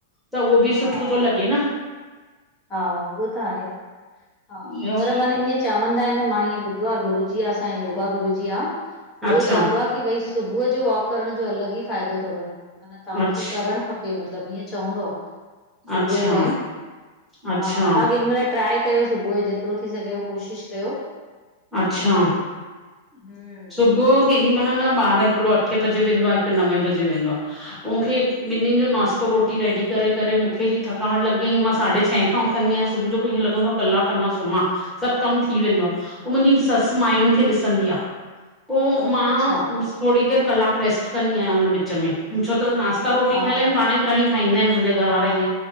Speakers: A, in the centre; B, on the left (about 30°).
A: त उहो बि
B: हा
A: सुठो तो लॻे न।
B: हा, उहो त आहे हा
A: ईअं
B: पर माना ईएं चवंदा आहिनि मां ईअं ॿुधो आ, गुरु जी असां योगा गुरु जी आ
A: अच्छा
B: उहो चवंदो आ की भई सुबुह जो वॉक करण जो अलॻि ई फाइदो तव मतलब तव्हांखे
A: अच्छा
B: करणु खपे। खपे मतिलब ईअं चवंदो आ, सुबुह
A: अच्छा,
B: जे टाइम
A: अच्छा,
B: हा तव्हां केॾी महिल ट्राए कयो सुबुह जो? जेतिरो थी सघेव कोशिशि कयो।
A: अच्छा,
B: हम्म
A: सुबुह जो केॾी महिल न ॿारु हिकिड़ो अठे बजे वेंदो आ, हिकु नवे बजे वेंदो आ। पो मूंखे ॿिन्हिनि जो नाश्तो रोटी रेडी करे करे मूंखे हेॾी थकावट लॻी वईं, मां साढे छहें खां उ थंदी आहियां, पो ईअं लॻंदो आ कलाक अंञां सुम्मां। सब कम थी वेंदो आ, पो मुंहिंजी ससु माइयुनि खे ॾिसंदी आ। पो मां
B: अच्छा
A: थोङी देर कलाकु रेस्ट कंदी आहियां उन विच में। छो त नास्ता रोटी
B: हा
A: ठहियल
B: हा
A: आहिन, पाण
B: हा
A: ई खणी खाईंदा आहिन मुंहिंजा घरवारा ईअं।